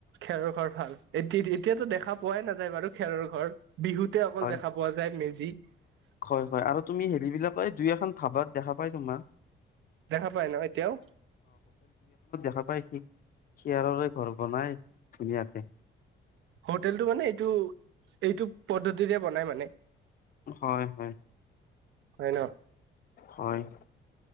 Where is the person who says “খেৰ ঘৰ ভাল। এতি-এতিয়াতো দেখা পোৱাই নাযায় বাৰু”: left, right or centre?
Right